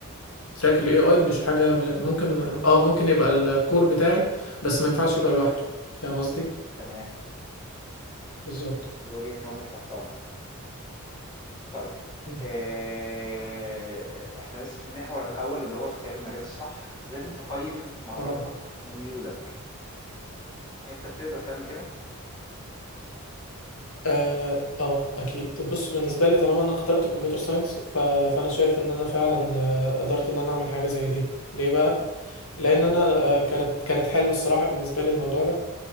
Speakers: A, on the left; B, on the left.
A: تراك الاي اي مش حاجه م- ممكن اه ممكن يبقى الكور بتاعي بس ما ينفعش يبقى لوحده فاهم قصدي
B: تمام
A: بالظبط
B: وجهة نظر تحترم طيب
A: مم.
B: آه، احنا لسه في المحور الاول اللي هو اختيار المجال الصح لازم تقيم مهاراتك
A: اه
B: وميولك انت بتقدر تعمل كده
A: اه اه اكيد بص بالنسبه لي طالما انا اخترت كمبيوتر ساينس ف... فانا شايف ان انا فعلا آه، قدرت ان انا اعمل حاجه زي دي ليه بقى لان انا آه، كانت كانت حلم الصراحه بالنسبه لي الموضوع ده